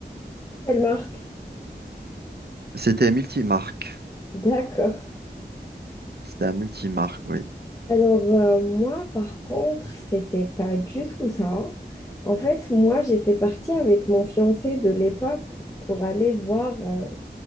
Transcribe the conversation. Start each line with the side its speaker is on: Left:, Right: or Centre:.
Left: Quelle marque?
Right: C'était multimarque.
Left: D'accord.
Right: C'était un multimarque, oui.
Left: Alors, euh, moi, par contre, c'était pas du tout ça. En fait, moi, j'étais partie avec mon fiancé de l'époque pour aller voir euh,